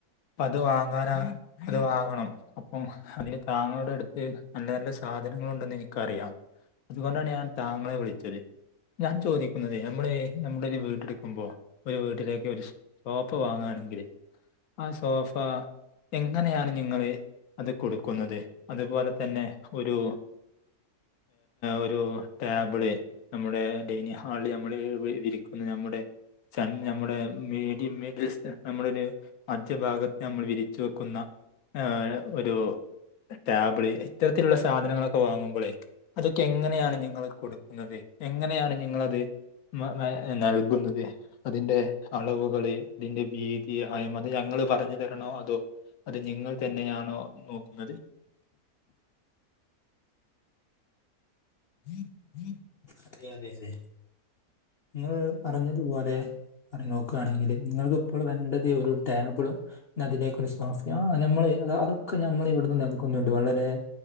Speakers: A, on the left (about 75°); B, on the left (about 50°).
A: അപ്പ അത് വാങ്ങാനാ അത് വാങ്ങണം അപ്പം അതിന് താങ്കളുടെ അടുത്ത് നല്ല നല്ല സാധനങ്ങൾ ഉണ്ടെന്ന് എനിക്കറിയാം അതുകൊണ്ടാണ് ഞാൻ താങ്കളെ വിളിച്ചത് ഞാൻ ചോദിക്കുന്നത് നമ്മൾ നമ്മുടെ ഒരു വീട് എടുക്കുമ്പോഴ് ഒരു വീട്ടിലേക്ക് ഒരു സോഫ വാങ്ങുകയാണെങ്കിൽ ആഹ് സോഫ എങ്ങനെയാണ് നിങ്ങള് അത് കൊടുക്കുന്നത് അതുപോലെ തന്നെ ഒരു ഒരു ടേബിള് നമ്മുടെ ഡൈനിങ്ങ് ഹാളിൽ നമ്മൾ ഇരിക്കുന്ന നമ്മുടെ ച നമ്മുടെ <unintelligible> നമ്മുടെ ഒരു മധ്യ ഭാഗത്ത് നമ്മൾ വിരിച്ചു വെക്കുന്ന ആഹ് ഒരു ടാബിള് ഇത്തരത്തിലുള്ള സാധനങ്ങളൊക്കെ വാങ്ങുമ്പോളേ അതൊക്കെ എങ്ങനെയാണ് നിങ്ങൾ കൊടുക്കുന്നത് എങ്ങനെയാണ് നിങ്ങളത് മ നൽകുന്നത് അതിന്റെ അളവുകള് അതിന്റെ വിതി ആയ അത് ഞങ്ങള് പറഞ്ഞു തരണോ അതോ അത് നിങ്ങൾ തന്നെയാണോ നോക്കുന്നത് <inaudible>
B: അതെ അതെ അതെ നിങ്ങൾ പറഞ്ഞതുപോലെ അറി നോക്കുകയാണെങ്കിൽ നിങ്ങൾക്ക് ഇപ്പോൾ വേണ്ടത് ഒരു ടേബിളും അതിലേക്കൊരു സോഫയും ആഹ് നമ്മള് അതൊക്കെ നമ്മൾ ഇവിടുന്ന് നൽകുന്നുണ്ട് വളരെ